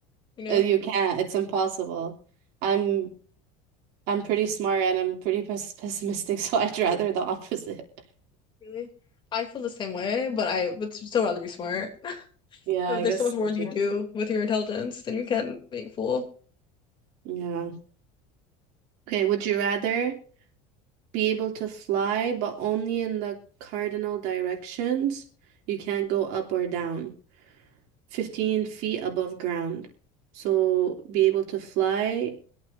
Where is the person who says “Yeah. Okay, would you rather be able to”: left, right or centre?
Right